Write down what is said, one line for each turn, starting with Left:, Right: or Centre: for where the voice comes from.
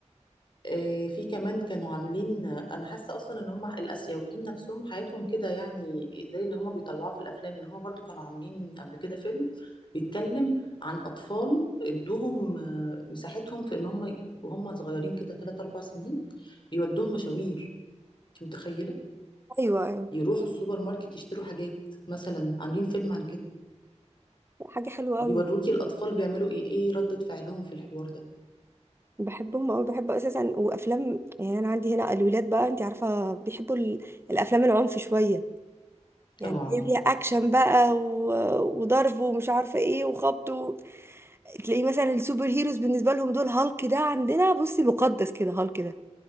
Left: آه، في كمان كانوا عاملين آه، انا حاسه اصلا ان هم الاسيويين نفسهم حياتهم كده يعني زي اللي هم بيطلعوه في الافلام ان هم برضو كانوا عاملين قبل كده فيلم بيتكلم عن اطفال ادوهم آه، مساحتهم في ان هم وهم صغيرين كده 3 4 سنين بيودوهم مشاوير انت متخيله
Right: ايوه ايوه
Left: يروحوا السوبر ماركت يشتروا حاجات مثلا عاملين فيلم عن كده
Right: حاجه حلوه
Left: وبيوروكي
Right: قوي
Left: الاطفال بيعملوا ايه ايه ردة فعلهم في الحوار ده
Right: بحبهم أوي بحب اساسا وافلام يعني انا عندي هنا الولاد بقى انت عارفه بيحبوا ال- الافلام العنف شويه يعني
Left: طبعا
Right: هي فيها اكشن بقى و... وضرب ومش عارفه ايه وخبط و... تلاقيه مثلا السوبر هيروز بالنسبه لهم دول هالك ده عندنا بصي مقدس كده هالك ده